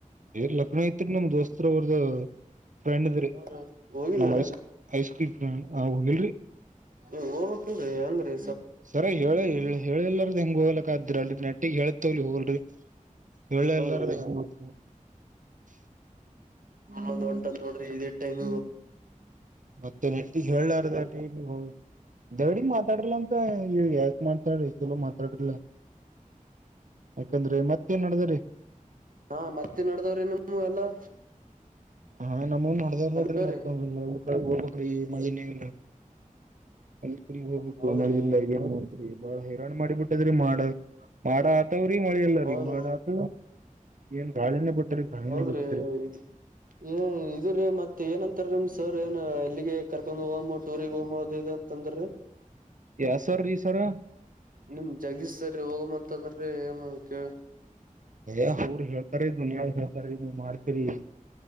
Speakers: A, on the right (about 65°); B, on the right (about 80°).
A: ಏ ಲಗ್ನ ಐತ್ರಿ ನಮ್ ದೋಸ್ತ ಅವ್ರದ ಫ್ರೆಂಡ್ದ್ರಿ
B: ಅವ್ರ ಹೋಗಿಲ್ಲರಿ
A: ರಿ ಐಸ್ಕ್ರಲ್ ಫ್ರ್ ಹ ಹೋಗಲ್ರರಿ
B: ನೀ ಹೋಗ್ಕ್ ಇಲ್ರಿ ಅಂಗ್ರೀ
A: ಸರ ಹೇಳ ಹೇಳಿಲ್ಲಾರ್ದ ಹೆಂಗ ಹೋಗ್ಲಕ್ಕ ಆದ್ರಿ ಅಲ್ ನೆಟ್ಟಿಗ್ ಹೇತವಲಿ ಹೋಗಲ್ರರಿ <unintelligible>
B: ಹೌದ್ರಿ ಒ ಒಂಟದ ನೋಡ್ರಿ ಇದೇ ಟೈಮ
A: ಮತ್ತೆ ನಿಟ್ಟಿಗೆ ಹೇಳಾರ್ದ ಟಗಿ ನೀವು ಹ ದೌಡಿ ಮಾತಾಡಲ ಅಂತ ಯಾಕ ಮಾತಾಡ್ರಿ ಚಲೋ ಮಾತಾಡ್ರಿಲ್ಲ ಯಾಕಂದ್ರೆ ಮತ್ತೇನ್ ನಡ್ದ್ರೀ
B: ಹಾ ಮತ್ತೆ ನಡದಾವ್ರ ನಿಮ್ಮ ಎಲ್ಲಾ
A: ಹಾ ನಮೂನ್ ನೋಡ್ದ್ ನೋಡ್ರಿ
B: ಅಲ್ರೀ
A: ಮತ್ತ ಹೋಗ್ಬೇಕ್ರೀ ಮಳಿ ನೇ ಇಲ್ಲ <unintelligible> ಹೋಗ್ಬೇಕು
B: ಹೌದ್ರಿ
A: ಮಳೆಯಿಂದ ಹೇ ಬಾಳ ಹೈರಾಣ ಮಾಡಿ ಬಿಟ್ಟದ್ರಿ ಮಾಡ ಮಾಡ ಹತ್ತವ್ರೀ ಮಳಿಲ್ಲ
B: ಹೌದ್ರಿ
A: ರೀ ಮಾಡಾತ ಏನ್ ಗಾಳಿನೇ ಬಿಟ್ರಿ ಗಣಿನೇ
B: ಹೌದ್ರಿ
A: ಬಿಟ್ರಿ.
B: <inaudible> ಏ ಇದು ರೀ ಮತ್ತ ಏನಂತಾರೀ ಸರ್ ಏನು ಎಲ್ಲಿಗೆ ಕರ್ಕೊಂಡ ಹೋಗು ಟೂರ್ ಹೋಗು ಅದು ಇದು ಅಂತಂದ್ರ ಟ ರಿ
A: ಯ ಸರ್ ರೀ ಸರ್
B: ನಿಮ ಜಗೀ ಸರಿ ಹೋಗಮ್ಮಂತಂದ್ರೆ ಏನು ಕೇಳ
A: ಯ ಊರ್ ಹೇಳ್ತಾರ ದುನಿಯಾ ಹೇಳ್ತಾರ ನೀವ್ ಮಾಡ್ತೀರಿ